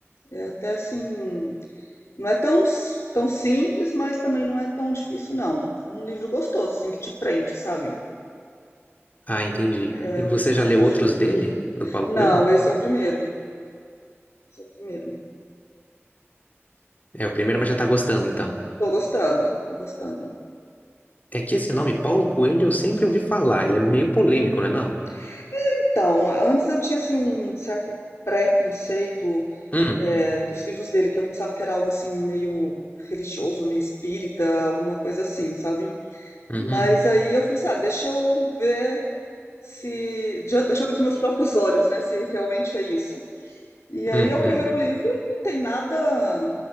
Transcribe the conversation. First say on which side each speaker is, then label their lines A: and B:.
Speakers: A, on the left; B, on the left.
A: É até assim, não é tão, s- tão simples, mas também não é tão difícil, não. É um livro gostoso, assim, que te prende, sabe?
B: Ah, entendi.
A: É
B: E você
A: um livro gostoso
B: já leu outros
A: de ler.
B: dele, do Paulo
A: Não,
B: Coelho?
A: esse é o primeiro. Esse é o primeiro.
B: É o primeiro, mas já tá gostando então.
A: Tô gostando, tô gostando.
B: É que esse nome Paulo Coelho eu sempre ouvi falar, ele é meio polêmico,
A: Uhum.
B: não é não?
A: Então, antes eu tinha assim um certo preconceito
B: Hum,
A: eh, dos livros dele, que eu pensava que era algo assim meio religioso, meio espírita, alguma coisa assim, sabe?
B: uhum,
A: Mas aí eu falei assim, ah, deixa eu ver se, de- deixa eu ver com meus próprios olhos, né, se realmente é isso. E aí
B: uhum,
A: é o primeiro livro e não tem nada,